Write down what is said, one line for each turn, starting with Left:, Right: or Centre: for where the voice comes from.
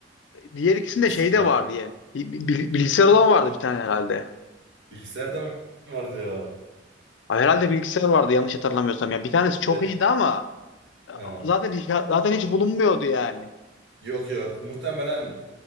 Left: diğer ikisinde
Right: Bisiklet.
Left: şey de vardı yani. Bi- bi- Bilgisayar olan vardı bir tane herhalde.
Right: Bilgisayar da mı vardı ya?
Left: Ay, Herhalde bilgisayar vardı yanlış hatırlamıyorsam ya. Bir tanesi çok
Right: Bir de-
Left: iyiydi ama e,
Right: He.
Left: zaten hiç- zaten hiç bulunmuyordu yani.
Right: Yok yok. Muhtemelen